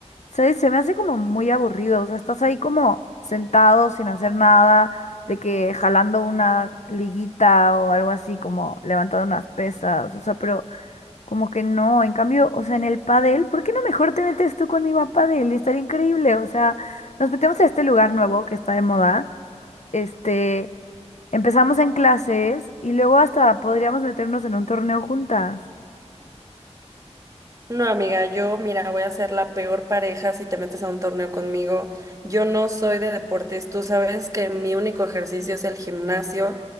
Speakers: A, on the left (about 80°); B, on the right (about 30°).
A: ¿Sabes? Se me hace como muy aburrido. O sea, estás ahí como sentado sin hacer nada, de que jalando una liguita o algo así, como levantando unas pesas. O sea, pero como que no, en cambio, o sea, en el pádel, ¿por qué no mejor te metes tú conmigo a pádel? Estaría increíble, o sea, nos metemos a este lugar nuevo que está de moda, este, empezamos en clases y luego hasta podríamos meternos en un torneo juntas.
B: No, amiga, yo, mira, voy a ser la peor pareja si te metes a un torneo conmigo. Yo no soy de deportes. Tú sabes que mi único ejercicio es el gimnasio.